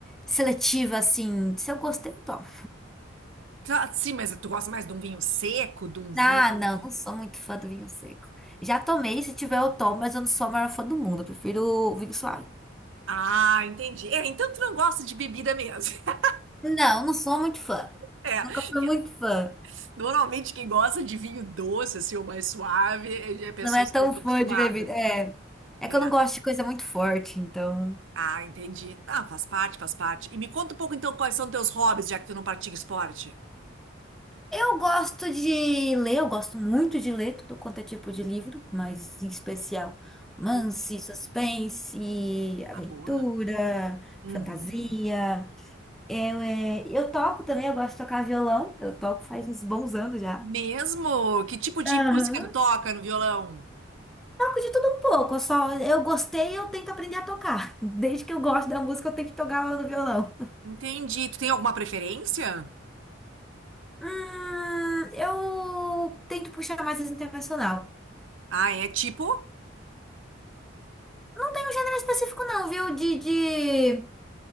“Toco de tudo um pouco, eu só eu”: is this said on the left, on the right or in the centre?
Centre